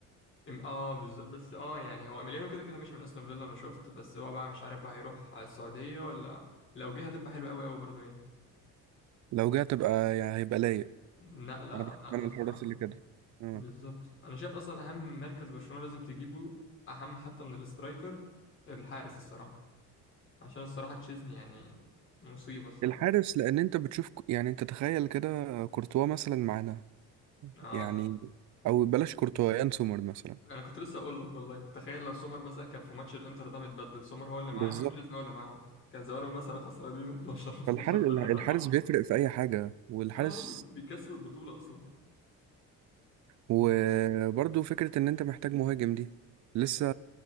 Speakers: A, on the left; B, on the right.
A: إم- اه بالظبط بس اه يعني هو اميليانو كده كده ماشي من استون فيلا انا شفت بس هو بقى مش عارف بقى هيروح على السعودية ولا لو جه هتبقى حلوة قوي قوي برضه يعني
B: لو جه تبقى يعني هيبقى لايق
A: نقلة
B: انا بحب
A: نقلة
B: انا
A: الصراحة
B: الحراس اللي
A: يعني
B: كده اه
A: بالظبط انا شايف اصلا اهم مركز برشلونة لازم تجيبه اهم حتى من الاسترايكر الحارس الصراحة عشان الصراحة تشيزني يعني مصيبة الصراحة
B: الحارس لان انت بتشوف ك- يعني انت تخيل كده كورتوا مثلا معانا
A: اه
B: يعني او بلاش كورتوا يان سومر مثلا
A: انا كنت لسه اقول لك والله تخيل لو سومر مثلا كان في ماتش الانتر ده متبدل سومر هو اللي معانا
B: بالظبط
A: وتشيزني هو اللي معاهم كان زمانهم مثلا خسرانين 12 12
B: فالحارس
A: 3
B: الحارس
A: ولا حاجة.
B: بيفرق في اي حاجة والحارس
A: <laughs> اه هو بيكسب البطولة أصلا
B: وبرضو
A: بت-
B: فكرة ان انت محتاج مهاجم دي لسه